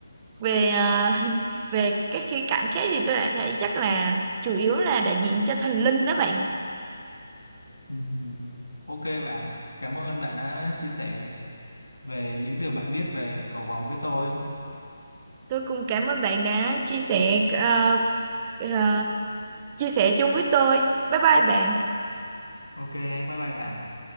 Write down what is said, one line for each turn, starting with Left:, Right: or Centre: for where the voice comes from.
Right: về ờ, <laughs> về các khía cạnh khác thì tôi lại thấy chắc là chủ yếu là đại diện cho thần linh đó bạn
Left: Ừm, ok bạn cảm ơn bạn đã chia sẻ về những điều bạn biết về cầu vồng với tôi
Right: tôi cũng cảm ơn bạn đã chia sẻ ờ, ờ, chia sẻ chung với tôi bye bye bạn
Left: ok bye bye bạn